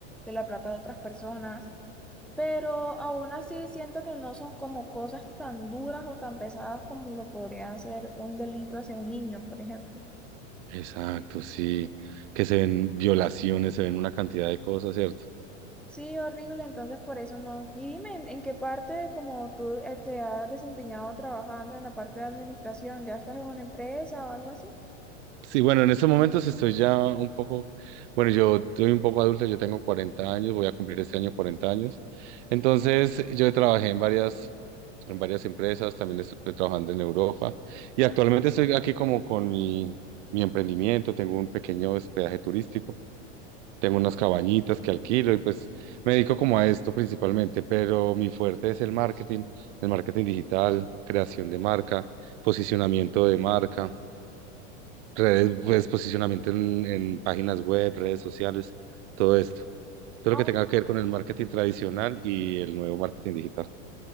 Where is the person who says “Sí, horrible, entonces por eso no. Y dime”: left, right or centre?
Centre